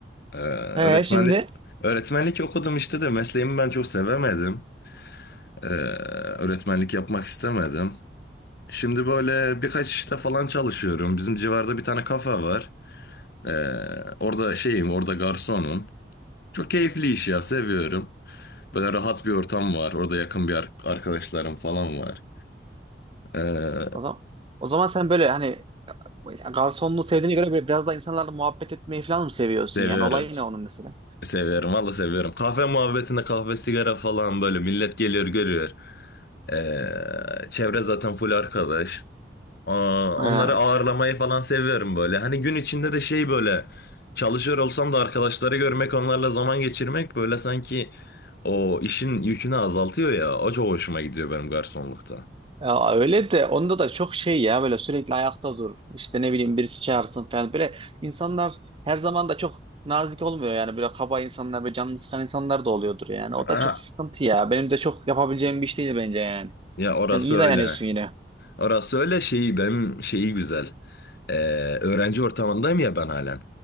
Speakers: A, on the left (about 60°); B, on the right (about 30°).
A: Ee, öğretmenlik...
B: Ee şimdi?
A: Öğretmenlik okudum işte de mesleğimi ben çok sevemedim. Ee, öğretmenlik yapmak istemedim. Şimdi böyle birkaç işte falan çalışıyorum. Bizim civarda bir tane kafe var. Ee, orada şeyim, orada garsonum. Çok keyifli iş ya, seviyorum. Böyle rahat bir ortam var. Orada yakın bir ar- arkadaşlarım falan var. Ee,
B: O zaman, o zaman sen böyle hani garsonluğu sevdiğine göre böyle biraz daha insanlarla muhabbet etmeyi falan mı seviyorsun
A: seviyorum.
B: yani? Olay ne onun mesela?
A: Seviyorum valla seviyorum. Kahve muhabbetinde kahve sigara falan böyle millet geliyor görüyor. Ee, çevre zaten full arkadaş. Aa, onları
B: Ee,
A: ağırlamayı falan seviyorum böyle. Hani gün içinde de şey böyle çalışıyor olsam da arkadaşları görmek onlarla zaman geçirmek böyle sanki o işin yükünü azaltıyor ya. O çok hoşuma gidiyor benim garsonlukta.
B: Ya öyle de onda da çok şey ya böyle sürekli ayakta dur. İşte ne bileyim birisi çağırsın falan. Böyle insanlar her zaman da çok nazik olmuyor yani böyle kaba insanlar böyle canını sıkan insanlar da oluyordur yani. O
A: Ha,
B: da çok sıkıntı ya. Benim de çok yapabileceğim bir iş değil bence yani.
A: Ya orası
B: Sen iyi
A: öyle.
B: dayanıyorsun yine.
A: Orası öyle şeyi benim şeyi güzel. Ee, öğrenci ortamındayım ya ben halen.